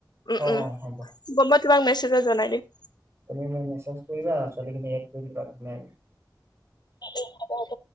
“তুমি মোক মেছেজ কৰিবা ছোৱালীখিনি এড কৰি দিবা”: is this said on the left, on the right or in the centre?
Right